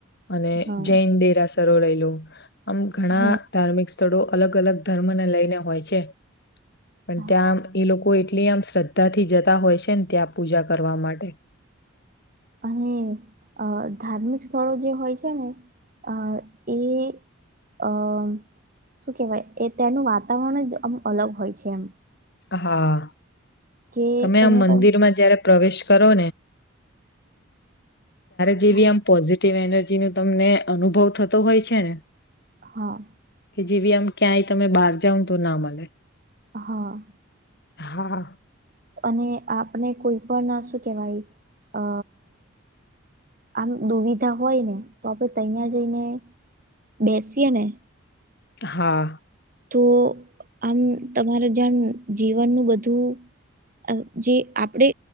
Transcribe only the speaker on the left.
અને
જૈન દેરાસરો લઈલું આમ ઘણા
ધાર્મિક સ્થળો અલગ અલગ ધર્મને લઈને હોય છે પણ ત્યાં
એ લોકો એ એટલી આમ શ્રદ્ધા થી જતા હોય છે ને ત્યાં પૂજા કરવા માટે
હા
તમે
આમ મંદિરમાં
જયારે પ્રવેશ કરો ત
જેમ એનર્જી નો તમને અનુભવ થતો હોય છે ને
કે જેવી આમ ક્યાંય તમે બહાર જાાવ તું ના મળે
હા
હા